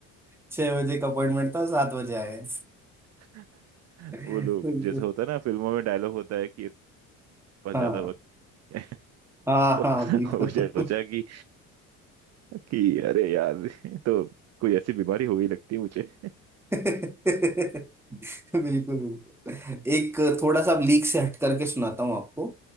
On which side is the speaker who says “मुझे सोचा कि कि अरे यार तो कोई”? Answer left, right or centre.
Right